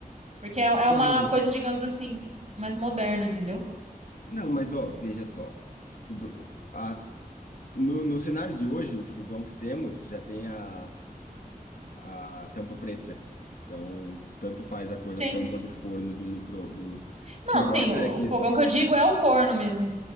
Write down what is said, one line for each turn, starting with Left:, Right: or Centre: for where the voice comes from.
Right: Porque é, é
Left: desconveniente.
Right: uma coisa, digamos assim, mais moderna, entendeu?
Left: Não, mas ó, veja só. O br- a- no, no cenário de hoje, o fogão que temos já tem a a tampa preta. Então, tanto faz a cor
Right: Sim.
Left: da tampa do forno do micro, do... O
Right: Não,
Left: que importa
Right: sim, o,
Left: é que
Right: o fogão que eu digo é o forno mesmo.